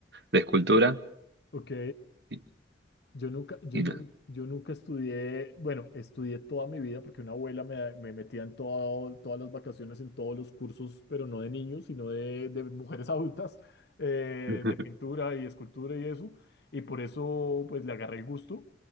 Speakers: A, on the right; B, on the left.
A: de escultura
B: Ok.
A: y,
B: Yo nunca, yo,
A: y
B: nu-
A: nada.
B: yo nunca estudié, bueno, estudié toda mi vida porque una abuela me, me metía en todo- todas las vacaciones, en todos los cursos, pero no de niños, sino de, de mujeres <laughs> adultas, eh,
A: <laughs>
B: de pintura y escultura y eso. Y por eso, pues, le agarré el gusto